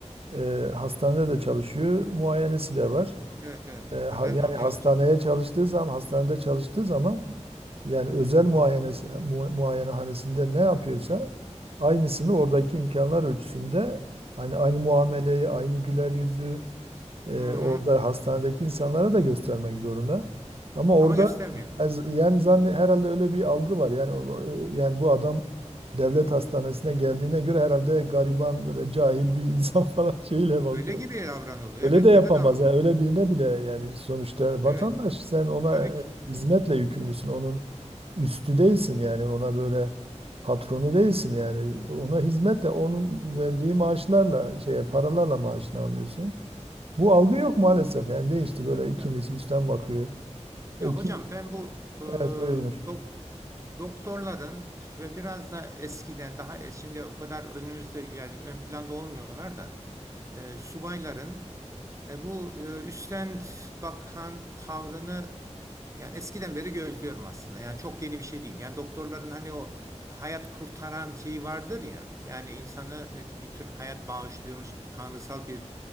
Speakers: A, on the right; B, on the right.
A: e, hastanede de çalışıyor, muayenesi de var.
B: Evet evet.
A: E, ha-
B: Ha, ben
A: yani
B: de ona
A: hastaneye
B: gelecektim.
A: çalıştığı zaman, hastanede çalıştığı zaman yani özel muayenesi, mu, muayenehanesinde ne yapıyorsa aynısını oradaki imkanlar ölçüsünde aynı aynı muameleyi, aynı güler yüzü e,
B: Hı hı.
A: orada hastanedeki insanlara da göstermek zorunda. Ama orada
B: Ama göstermiyor.
A: ez- yani zanne herhalde öyle bir algı var. Yani o- yani bu adam devlet hastanesine geldiğine göre herhalde gariban böyle cahil bir insan <laughs> falan şeyle bakıyor.
B: Öyle gibi davranılıyor.
A: Öyle
B: Evet
A: de yapamaz.
B: öyle davranılıyor.
A: Yani öyle birine bile yani sonuçta vatandaş
B: Evet
A: sen ona
B: tabii
A: e, e,
B: ki.
A: hizmetle yükümlüsün. Onun üstü değilsin yani ona böyle patronu değilsin yani ona hizmetle onun verdiği maaşlarla şeye paralarla maaşını alıyorsun. Bu algı yok maalesef. Yani değişti böyle ikimiz
B: Ya
A: üstten bakıyor.
B: Ya
A: Ekim,
B: hocam ben bu e,
A: evet buyurmuş.
B: dok- doktorların ve biraz da eskiden daha es- şimdi o kadar önümüzde yani ön planda olmuyorlar da e, subayların e, bu e, üstten bakan tavrını yani eskiden beri gözlüyorum aslında. Yani çok yeni bir şey değil. Yani doktorların hani o hayat kurtaran şeyi vardır ya. Yani insanı neti bir tür hayat bağışlıyormuş gibi tanrısal bir